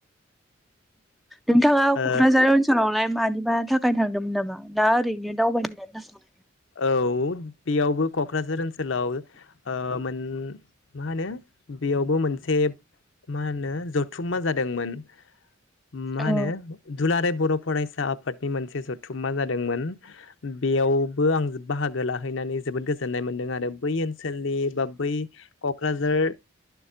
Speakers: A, in the centre; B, on the left (about 65°).
A: नोंथाङा
B: ओ
A: क'क्राझार ओनसोलावलाय मानिबा थाखाय थांदोंमोन नामा ना ओरैनो दावबायनो होननानै थांदोंमोन?
B: औ बेयावबो क'क्राझार ओनसोलाव ओ मोन मा होनो बेयावबो मोनसे मा होनो जथुममा जादोंमोन ओ मा
A: औ
B: होनो दुलाराय बर' फरायसा आफादनि मोनसे जथुममा जादोंमोन बेयाव बो आं बाहागो लाहैनानै जोबोद गोजोन्नाय मोन्दों आरो बै ओनसोलनि बा बै क'क्राझार